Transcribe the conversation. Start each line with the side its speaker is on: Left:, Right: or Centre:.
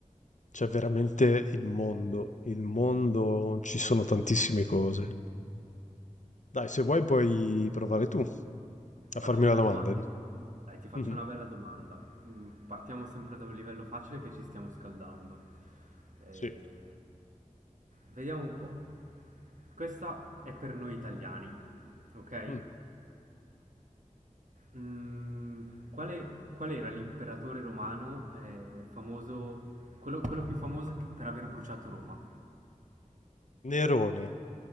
Left: c'è veramente il mondo. Il mondo, ci sono tantissime cose. Dai, se vuoi puoi provare tu
Right: Ti
Left: a
Right: faccio
Left: farmi
Right: io
Left: una
Right: una
Left: domanda.
Right: domanda?
Left: di-
Right: Dai, ti faccio
Left: Mhm.
Right: una bella domanda. Mm, Partiamo sempre da un livello facile che ci stiamo scaldando. Eh,
Left: Sì.
Right: vediamo un po'. Questa è per noi italiani, ok?
Left: Mh.
Right: Mm, quale, qual era l'imperatore romano eh, famoso, quello, quello più famoso per aver bruciato Roma?
Left: Nerone.